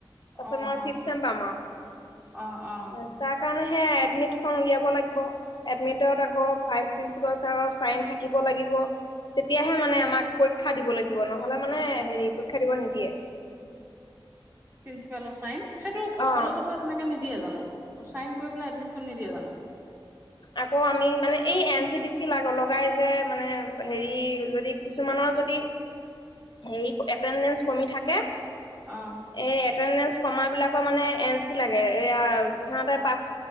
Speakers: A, on the right; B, on the left.
A: অ
B: তাৰপিছত মই
A: অ
B: ফিফ চেম পাম আৰু
A: অ অ
B: তাৰ কাৰণে হে এডমিটখন উলিয়াব লাগিব এডমিটত আকৌ ভাইচ প্ৰিন্সিপাল ছাৰৰ চাইন থাকিব লাগিব তেতিয়াহে মানে আমাক পৰীক্ষা দিবলৈ দিব নহ'লে মানে পৰীক্ষা দিব নিদিয়ে।
A: প্ৰিন্সিপালৰ চাইন। সেইটো
B: অ
A: কলেজৰ পৰা তেনেকে নিদ দিয়ে জানো চাইন কৰি পেলাই এডমিটখন নিদিয়ে জানো?
B: আকৌ আমি মানে এই এন চিটি চি লগাই যে, মানে হেৰি যদি কিছুমানৰ যদি হেৰি এটেণ্ডেঞ্চ কমি থাকে।
A: অ
B: এ এটেণ্ডেঞ্চ কমাৰবিলাকৰ মানে এনচি লাগে, এয়া সিহঁতে পাঁচশ,